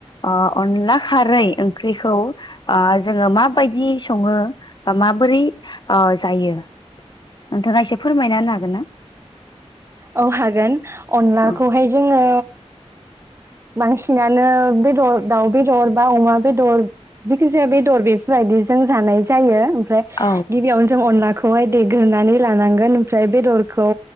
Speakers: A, on the left (about 40°); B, on the right (about 25°).
A: ओ अनला खारै ओं ओंख्रिखौ आ जोङो माबायदि सङो बा माबोरै आ जायो। नोंथाङा एसे फोरमायना होनो हागोन ना?
B: औ हागोन अनलाखौहाय
A: औ
B: जोङो बांसिनानो बेदर दाउ बेदर बा अमा बेदर जिखिजाया बेदर बेफोरबायदिजों जानाय जायो ओमफ्राय
A: औ
B: गिबियावनो जों अनला खौहाय देग्रोनानै लानांगोन ओमफ्राय बेदरखौ